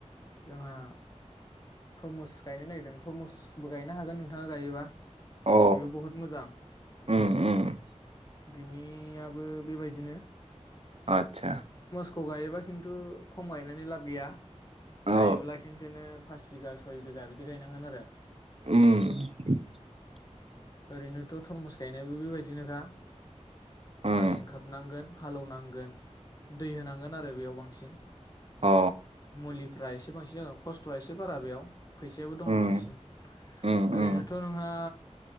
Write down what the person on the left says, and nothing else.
जोंहा थरमुस गायनो नागिरदों थरमुसबो गायनो हागोन नोंथाङा गायोबा बेबो
बहुत मोजां
बिनियाबो बेबायदिनो
खौ गायोबा खिन्थु खम गायनायनि लाब गैया
गायोब्ला खिनसेनो फास बिगा सय बिगा बिदि गायनांगोन आरो
ओरैनोथ' थरमुस गायनायाबो बेबायदिनोखा
मालसिं खोबनांगोन हालेवनांगोन दै होनांगोन आरो बेयाव बांसिन
मुलि फ्रा एसे बांसिन जागोन खस्थ'आ एसे बारा बेयाव फैसायाबो दङ
बांसिन
ओरैनोथ'
नोंहा